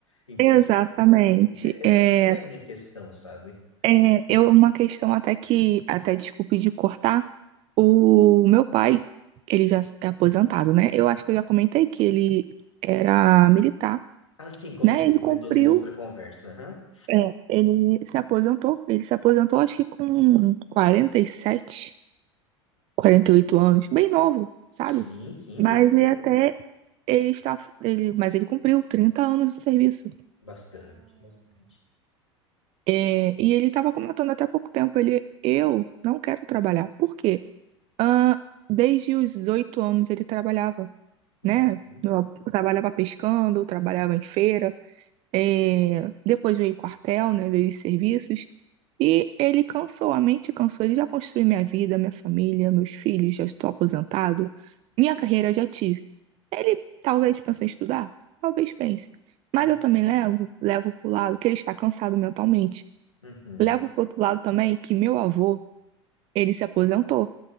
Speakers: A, on the left; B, on the right.
A: Entendi.
B: Exatamente.
A: É- Essa
B: É,
A: é a minha questão, sabe?
B: é eu, uma questão até que, até desculpe de cortar, o meu pai, ele já é aposentado, né? Eu acho que eu já comentei que ele era militar,
A: Ah, sim, comentou,
B: né? Ele
A: comentou
B: cumpriu,
A: numa outra conversa. aham.
B: é, ele se aposentou, ele se aposentou acho que com quarenta quarenta e sete quarenta e oito anos, bem novo, sabe?
A: Sim, sim,
B: Mas
A: bem.
B: ele
A: envolvido.
B: até, ele está, ele, mas ele cumpriu 30 anos de serviço.
A: Bastante, bastante.
B: É, e ele estava comentando até há pouco tempo, ele, eu não quero trabalhar. Por quê? Ah, desde os oito anos ele trabalhava,
A: Uhum,
B: né? Eu trabalhava pescando, trabalhava em feira, é, depois veio o quartel, né? Veio os serviços. E ele cansou, a mente cansou. Ele já construiu minha vida, minha família, meus filhos, já estou aposentado, minha carreira já tive. Ele talvez pense em estudar, talvez pense.
A: uhum,
B: Mas eu também
A: uhum,
B: levo, levo pro lado que ele está cansado mentalmente.
A: uhum,
B: Levo pro outro lado também que meu avô, ele se aposentou,